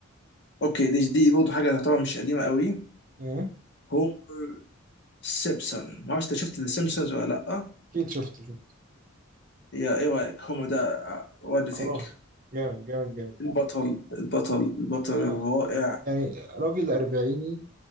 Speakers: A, on the left; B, on the right.
A: اوكي دي دي برضه حاجه تعتبر مش قديمه قوي
B: أمم.
A: هوم سيبسون ما اعرفش انت شفت ذا سيمبسونز ولا لا
B: اكيد شفته شفته
A: يا ايه رايك هوم ده وات دو ثينك
B: خرافي جامد جامد جامد
A: البطل البطل البطل الرائع
B: اه يعني راجل أربعيني